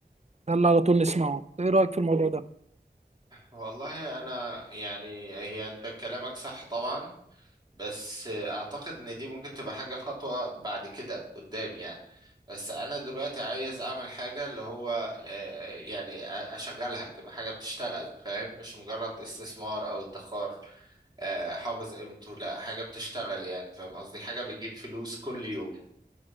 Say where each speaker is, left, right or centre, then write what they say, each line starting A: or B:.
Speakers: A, on the right; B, on the right.
A: ده اللي على طول نسمعه ايه رايك في الموضوع ده
B: والله انا يعني هي انت كلامك صح طبعا بس اعتقد ان دي ممكن تبقى حاجة خطوة بعد كده قدام يعني بس انا دلوقتي عايز اعمل حاجة اللي هو آه، يعني اشغلها تبقى حاجة بتشتغل فاهم مش مجرد استثمار او ادخار آه، حافظ قيمته لا حاجة بتشتغل يعني فاهم قصدي حاجة بتجيب فلوس كل يوم